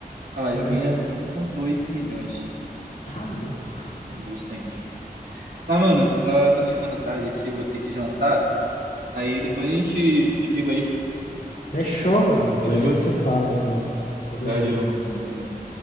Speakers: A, on the right; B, on the left.
A: Olha
B: Caramba,
A: lá, ele ganha um ponto oito milhões.
B: tá louco.
A: Bastante. Mas, mano, tá, tá ficando tarde aqui, vou ter que jantar. Aí depois a gente, eu te ligo aí,
B: Fechou, mano. Depois
A: fechou?
B: a gente se fala, então. Tamo
A: Valeu,
B: junto.
A: mano. Tamo junto.